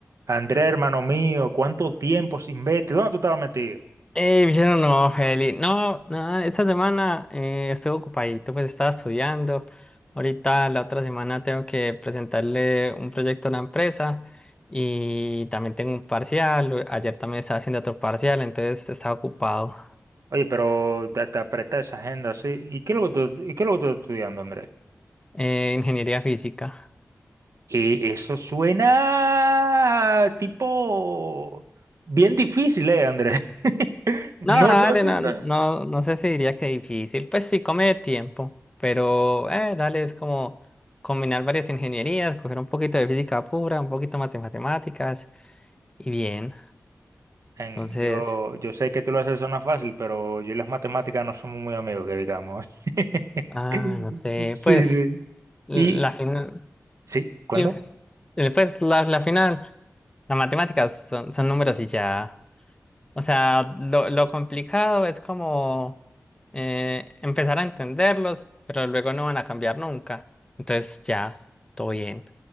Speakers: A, on the right (about 75°); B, on the left (about 20°).
A: Andrés, hermano mío, ¿cuánto tiempo sin verte? ¿Dónde tú estabas metido?
B: Eh, Vicente, no, Heli. No, nada, esta semana eh, estuve ocupadito, pues estaba estudiando. Ahorita la otra semana tengo que presentarle un proyecto a una empresa y también tengo un parcial. o- Ayer también estaba haciendo otro parcial, entonces estaba ocupado.
A: Oye, pero te, te apreté esa agenda así. ¿Y qué es lo que tú, y qué es lo que tú estás estudiando, Andrés?
B: Eh, ingeniería física.
A: Y eso suena tipo bien difícil, ¿eh, Andrés? <laughs>
B: No,
A: No,
B: dale,
A: no, no.
B: no,
A: no.
B: no, no sé si diría que difícil. Pues sí, come de tiempo, pero eh, dale, es como combinar varias ingenierías, coger un poquito de física pura, un poquito más de matemáticas y bien.
A: En-
B: Entonces,
A: yo, yo sé que tú lo haces sonar fácil, pero yo y las matemáticas no somos muy amigos, que digamos. <laughs>
B: ah, no sé,
A: Sí,
B: pues
A: sí.
B: la
A: Y,
B: final,
A: sí, cuenta.
B: pues la, la final, las matemáticas son, son números y ya. O sea, lo, lo complicado es como eh, empezar a entenderlos, pero luego no van a cambiar nunca. Entonces ya, todo bien.